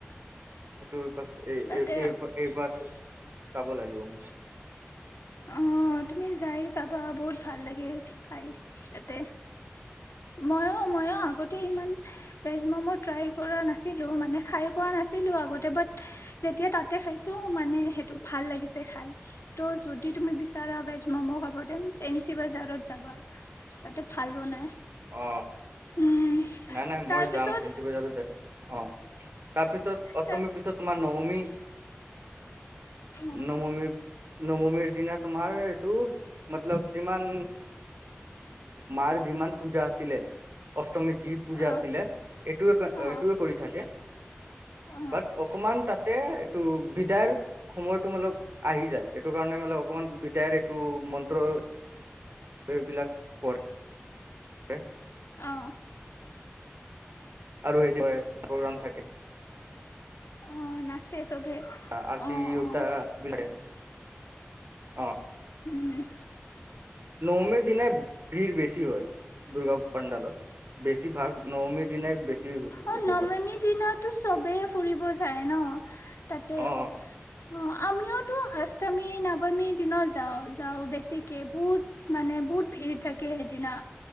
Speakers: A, on the right; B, on the left.
A: সেইটো ব এই
B: তাতে
A: এইবাৰ এইবাৰ চাব লাগিব আ
B: অ তুমি যাইছ চাবা বহুত ভাল লাগে সেইটো খাই তাতে মইো ময়ো আগতে ইমান ভেজ মমো ট্ৰাই কৰা নাছিলো মানে খাই পোৱা নাছিলো আগতে বাট যেতিয়া তাতে খাইছো মানে সেইটো ভাল লাগিছে খাই ত' যদি তুমি বিচাৰা ভেজ ম'ম' খাব তেন ফেঞ্চি বজাৰত যাবা তাতে ভাল বনাই
A: অ
B: উম
A: নাই নাই
B: তাৰপিছত
A: মই যাম ফেঞ্চি বজাৰ য অ তাৰপিছত অষ্টমীৰ
B: তাৰ
A: পিছত তোমাৰ ন উমিষ
B: অ
A: নৱমি নৱমি দিনা তোমাৰ এইটো মতলব যিমান মাৰ যিমান পূজা আছিলে অষ্টমী যি পূজা
B: অ
A: আছিলে এইটোৱে
B: অ
A: এইটো কৰি থাকে
B: অ
A: বাট অকমান তাত তাতে এইটো বিদায়ৰ সময়তটো মানে আহি যায় এইটো কাৰণে মানে অকমান বিদায়ৰ এইটো মন্ত্ৰ এইবিলাক পৰে <unintelligible>
B: অ
A: আৰু সেই প্ৰগ্ৰাম থাকে
B: অ নাচে চবে
A: আৰতি
B: অ
A: উৰতা
B: অ
A: বিলাকে অ
B: উম
A: নৱমীৰ দিনাই ভিৰ বেছি হয় দুৰ্গা পাণ্ডালত বেছিভাগ নৱমীৰ দিনাই বেছি
B: অ
A: এইটো
B: নৱমী
A: হয়
B: দিনাটো চবেই ফুৰিব যায়। যায় ন তাতে
A: অ
B: অ আমিওটো আষ্টমী নৱমীৰ দিনাত যাও যাও বেছিকে বহুত মানে বহুত ভিৰ থাকে সেইদিনা